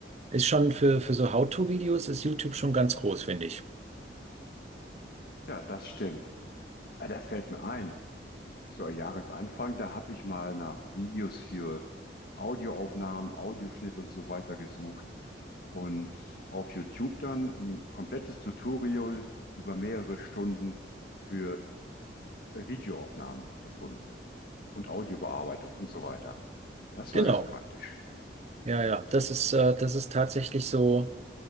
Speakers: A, on the right; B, on the left.
A: Ist schon für, für so How-to-Videos ist YouTube schon ganz groß, finde ich.
B: Ja, das stimmt. Ah, da fällt mir ein, so Jahresanfang, da habe ich mal nach Videos für Audioaufnahmen, Audioschnitt und so weiter gesucht und auf YouTube dann ein komplettes Tutorial über mehrere Stunden für äh, Videoaufnahmen gefunden und Audiobearbeitung und so weiter. Das
A: Genau.
B: war ganz praktisch.
A: Ja, ja. Das ist, äh, das ist tatsächlich so,